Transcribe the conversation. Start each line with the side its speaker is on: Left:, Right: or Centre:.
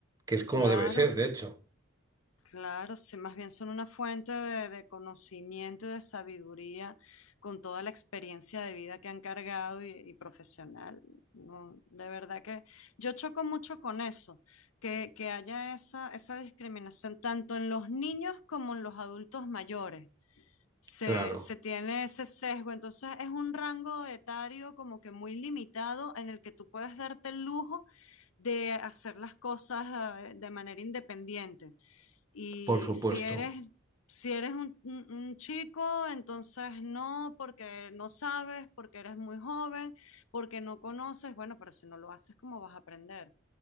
Right: que es como
Left: Claro,
Right: debe ser, de hecho.
Left: Claro, sí, más bien son una fuente de, de conocimiento y de sabiduría con toda la experiencia de vida que han cargado y, y profesional. No, de verdad que yo choco mucho con eso, que, que haya esa, esa discriminación tanto en los niños como en los adultos mayores se,
Right: Claro,
Left: se tiene ese sesgo. Entonces es un rango etario como que muy limitado en el que tú puedes darte el lujo de hacer las cosas eh, de manera independiente. Y
Right: por supuesto.
Left: si eres, si eres un, un- un chico, entonces no, porque no sabes, porque eres muy joven, porque no conoces. Bueno, pero si no lo haces, ¿cómo vas a aprender?